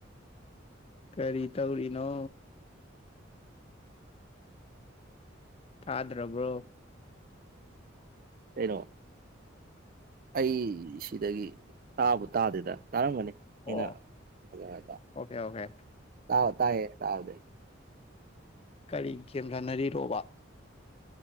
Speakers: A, on the left; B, on the right.
A: ꯀꯔꯤ ꯇꯧꯔꯤꯅꯣ ꯊꯥꯗ꯭ꯔꯕ꯭ꯔꯣ
B: ꯀꯩꯅꯣ ꯑꯩ ꯁꯤꯗꯒꯤ ꯇꯥꯕꯨ ꯇꯥꯗꯦꯗ ꯇꯥꯔꯝꯒꯅꯤ
A: ꯑꯣ
B: ꯑꯩꯅ ꯐꯖ
A: ꯑꯣꯀꯦ ꯑꯣꯀꯦ
B: ꯇꯥꯕ ꯇꯥꯏꯌꯦ ꯇꯥꯕꯗꯤ
A: ꯀꯔꯤ ꯒꯦꯝ ꯁꯥꯟꯅꯔꯤꯔꯣꯕ